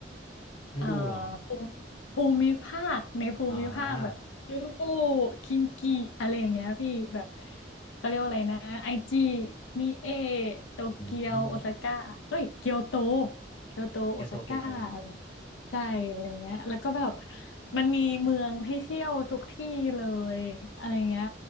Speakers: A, on the left; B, on the left.
A: เอ่อ
B: ฤดูเหรอ
A: ภูมิภูมิภาคในภูมิภาคแบบจูบู
B: อ่า
A: คิงกีอะไรอย่างเงี้ยพี่แบบเขาเรียกว่าอะไรนะไอจีมิเอโตเกียวโอซาก้าเอ้ยเกียวโต
B: อืม
A: เกียวโตโอซาก้าอะไร
B: เกียวโตเกียวโต
A: ใช่อะไรเงี้ยแล้วก็แบบมันมีเมืองให้เที่ยวทุกที่เลยอะไรเงี้ย